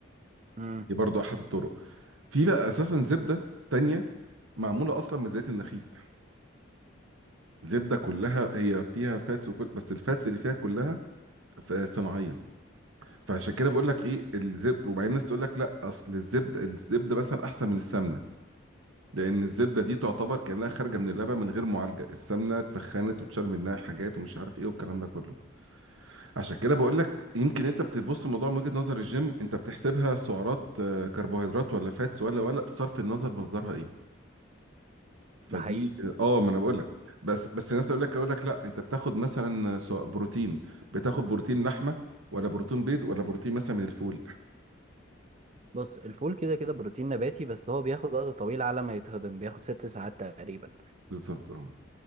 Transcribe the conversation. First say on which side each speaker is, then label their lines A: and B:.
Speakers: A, on the right; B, on the right.
A: امم
B: دي برضو احد الطرق في بقى اساسا زبده تانية معموله اصلا من زيت النخيل زبده كلها هي فيها فاتس وكل بس الفاتس اللي فيها كلها ف- صناعيه فعشان كده بقول لك ايه الزبد وبعدين الناس تقول لك لا اصل الزبد الزبده مثلا احسن من السمنه لان الزبده دي تعتبر كانها خارجه من اللبن من غير معالجه السمنه اتسخنت وتشال منها حاجات ومش عارف ايه والكلام ده كله عشان كده بقول لك يمكن انت بتبص الموضوع من وجهه نظر الجيم انت بتحسبها سعرات آه، كربوهيدرات ولا فاتس ولا ولا بصرف النظر مصدرها ايه فدي
A: ده حقيقي
B: اه ما انا بقول لك بس بس الناس يقول لك يقول لك لا انت بتاخد مثلا سواء بروتين بتاخد بروتين لحمه ولا بروتين بيض ولا بروتين مثلا من الفول
A: بص الفول كده كده بروتين نباتي بس هو بياخد وقت طويل على ما يتهضم بياخد ست ساعات تقريبا
B: بالظبط اه